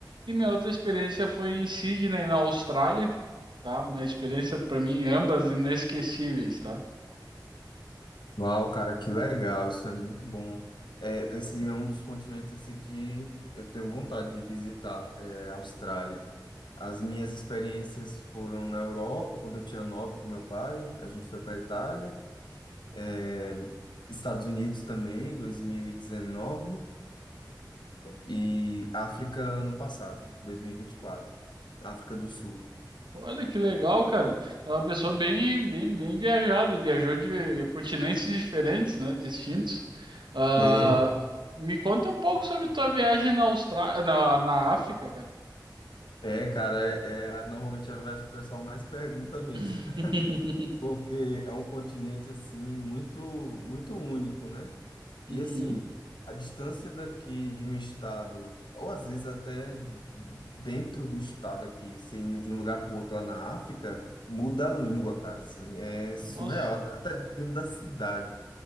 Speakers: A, on the right; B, on the left.
A: E minha outra experiência foi em Sydney, na Austrália, tá? Uma experiência, para mim, ambas inesquecíveis, tá?
B: Uau, cara, que legal, isso é muito bom. É, esse é um dos continentes assim, que eu tenho vontade de visitar, é a Austrália. As minhas experiências foram na Europa, quando eu tinha nove com meu pai, a gente foi para Itália. é, Estados Unidos também, 2019. e África ano passado, 2024, África do Sul.
A: Olha que legal, cara. É uma pessoa bem, bem, bem viajada. Viajou de continentes diferentes, né? Distintos. Ah,
B: É,
A: me conta um pouco sobre tua viagem na Austrália, na, na África, cara.
B: é, cara, é, é normalmente a viagem que o pessoal mais pergunta mesmo,
A: <laughs>
B: <laughs> porque é um continente assim muito muito único, né?
A: Uhum.
B: E assim, a distância daqui de um estado, ou às vezes até dentro do estado aqui, você indo de um lugar para outro lá na África, muda a língua, cara, assim, é surreal,
A: Nossa,
B: até dentro da cidade,